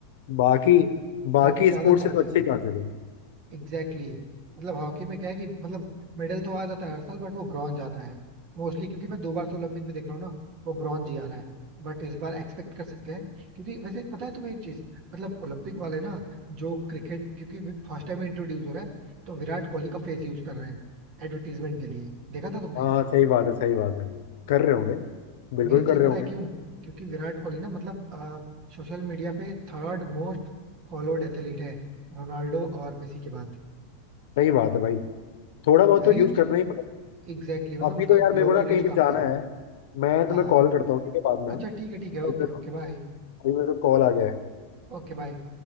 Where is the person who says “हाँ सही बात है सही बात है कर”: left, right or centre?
Left